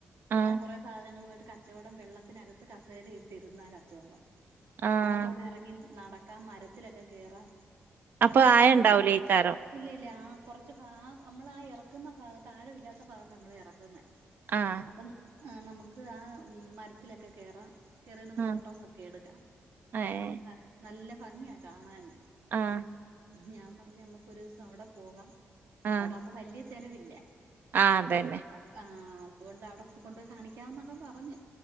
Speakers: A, on the right (about 50°); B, on the right (about 85°).
A: ആഹ്
B: ഞാൻ കുറെ സാധനങ്ങളുമായിയിട്ട് കച്ചവടം വെള്ളത്തിനകത്ത് കസേര ഇട്ടിരുന്ന് ആ കച്ചവടം...
A: ആഹ്
B: നമ്ക്ക് അവടെ എറങ്ങി നടക്കാം, മരത്തിലൊക്കെ കേറാം. കണ്ടൽക്കാടല്ലെ
A: അപ്പൊ ആയ ഉണ്ടാവൂലേക്കാരം
B: ഇല്ല ഇല്ല ആ കുറച്ച് ഭാഗ ആ നമ്മൾ ഇല്ല, ഇല്ല ആ കൊറച്ച് ഭാ ആ അമ്മളെ ആ ഇറക്കുന്ന ഭാഗത്ത് ആഴവില്ലാത്ത ഭാഗത്താ അമ്മളെ എറക്കുന്നെ.
A: ആഹ്
B: അപ്പം ഏഹ് നമക്ക് ആ മരത്തിലൊക്കെ കേറാം. കേറി നിന്ന് ഫോട്ടോസൊക്കെ
A: ആഹ്
B: എടുക്കാം.
A: ഏഹ്
B: ആഹ് നല്ല ഫംഗിയാ കാണാന്.
A: ആഹ്
B: ഞാ പറഞ് അമ്മക്ക് ഒരൂസം അവ്ടെ പോകാം.
A: ആഹ്
B: അവ്ടാവ്‌മ്പം വല്ല്യ ചെലവില്ല.
A: ആഹ് അതെന്നെ
B: അപ് ആഹ് അത്കൊണ്ട് അവ്ടെ പ്പ് കൊണ്ടോയി കാണിക്കാന്നൊക്കെ പറഞ്ഞ്.